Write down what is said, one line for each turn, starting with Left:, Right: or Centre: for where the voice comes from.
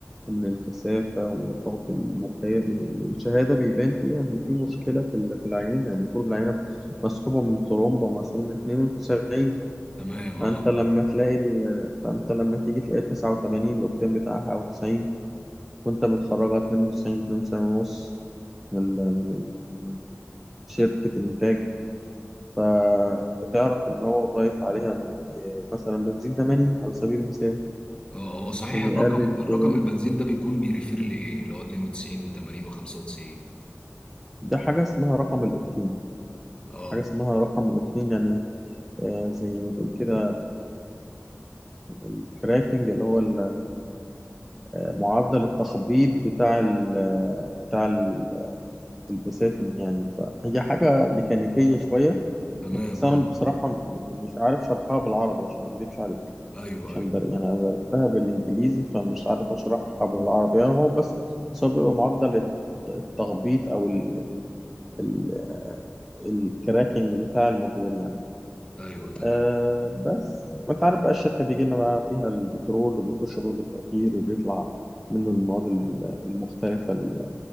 Centre: ومن الكثافة ومن الضغط البخاري الشهادة بيبان فيها إن في مشكلة في ال- في العينة المفروض العينة مسحوبة من ترومبة مثلا 92
Left: تمام
Centre: فأنت
Left: اه
Centre: لما تلاقي ال... فأنت لما تيجي تلاقي 89 الأوكتين بتاعها أو 90 وأنت بتخرجها 92 92 ونص من ال... من ال... من ال- شركة الإنتاج فبتعرف إن هو ضايف عليها م- إيه مثلا بنزين 80 على سبيل المثال
Left: اه هو صحيح
Centre: عشان
Left: الرقم
Centre: يقلل شوية
Left: الرقم البنزين ده بيكون بيريفير لايه اللي هو 92 و80 و95
Centre: ده حاجة اسمها رقم الأوكتين
Left: اه
Centre: حاجة اسمها رقم الأوكتين يعني آه، زي ما تقول كده الكراكنج اللي هو ال- آه، معدل التخبيط بتاع ال آه، بتاع ال- البساتم يعني فهي حاجة ميكانيكية شوية
Left: تمام
Centre: بس أنا
Left: اه
Centre: بصراحة م- مش عارف شرحها بالعربي عشان ما أكذبش عليك
Left: ايوه
Centre: عشان
Left: ايوه
Centre: ده يعني انا عرفتها بالانجليزي فمش عارف اشرحها بالعربي يعني هو بس بس هو بيبقى معدل الت- التخبيط او ال ال الكراكنج بتاع الموتور يعني
Left: ايوه تمام
Centre: أه بس وانت عارف بقى الشركه بيجي لنا بقى فيها البترول وبيخش برج التقطير وبيطلع منه المواد ال- المختلفه ال-